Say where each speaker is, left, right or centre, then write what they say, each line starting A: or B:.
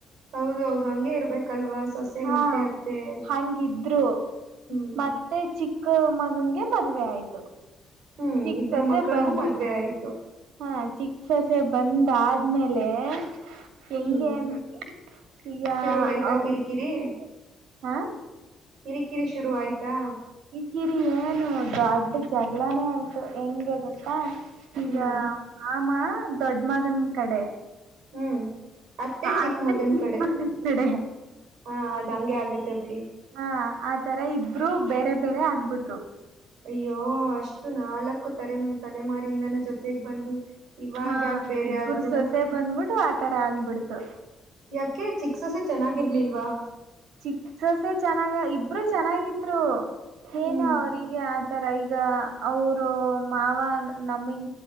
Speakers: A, on the right (about 70°); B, on the right (about 85°).
A: ಹೌದೌದು ಹಂಗೆ ಇರ್ಬೇಕಲ್ವಾ ಸೊಸೆ
B: ಹಾ
A: ಮತ್ತೆ ಅತ್ತೆ
B: ಹಂಗಿದ್ರು
A: ಹ್ಮ್
B: ಮತ್ತೆ ಚಿಕ್ ಚಿಕ್ಕ ಮಗನ್ಗೆ ಮದ್ವೆ ಆಯ್ತು
A: ಹ್ಮ್
B: ಚಿಕ್ಸೋಸೇ
A: ಇಬ್ರು ಮಕ್ಕಳಿಗೂ
B: ಬಂತು
A: ಮದ್ವೆ ಆಯ್ತು
B: ಹಾ ಚಿಕ್ ಸೊಸೆ ಬಂದ ಆದ್ಮೇಲೆ ಹೆಂಗೆ
A: ಹ್ಮ್
B: ಅಂತೀಯ
A: ಶುರು ಆಯ್ತಾ
B: ಅವ
A: ಕಿರಿಕಿರಿ
B: <inaudible> ಹಾ
A: ಕಿರಿಕಿರಿ ಶುರು ಆಯ್ತಾ
B: ಕಿರಿ ಏನು ದೊಡ್ಡ ಜಗಳಾನೇ ಆಯ್ತು ಹೆಂಗೆ ಗೊತ್ತಾ ಈಗ
A: ಹ್ಮ್
B: ಮಾಮ ದೊಡ್ಡ ಮಗನ್ ಕಡೆ
A: ಹ್ಮ್ ಚಿಕ್ಕ
B: ಅತ್ತೆ
A: ಮಗನ್
B: ಚಿಕ್ಕಮಗನ್
A: ಕಡೆ
B: ಕಡೆ
A: ಹಾ ಅದ್ ಹಂಗೆ ಆಗತ್ತೆ ಬಿಡಿ
B: ಹಾ ಆತರ ಇಬ್ರು ಬೇರೆ ಬೇರೆ ಆಗ್ಬಿಟ್ರು
A: ಅಯ್ಯೋ ಅಷ್ಟು ನಾಲ್ಕು ತಲೆ ತಲೆಮಾರಿಂದನ ಜೊತೆಗ್ ಬಂದು ಇವಾಗ
B: ಹಾ
A: ಯಾಕೆ ಬೇರೆ
B: ಇಬ್ಬರು
A: ಆದ್ರು
B: ಸೊಸೆ ಬಂದುಬಿಟ್ಟು ಆತರ ಆಗ್ಬಿಡ್ತು
A: ಯಾಕೆ ಚಿಕ್ಸೋಸ್ ಚೆನ್ನಾಗಿರ್ಲಿಲ್ವಾ
B: ಚಿಕ್ಸಸೆ ಚೆನ್ನಾಗ ಇಬ್ರುೂ ಚೆನ್ನಾಗಿದ್ರು
A: ಹ್ಮ್
B: ಏನು ಅವಿಗೆ ಆ ತರ ಈಗ ಈಗ ಅವರು ಮಾವ ನಮಗ್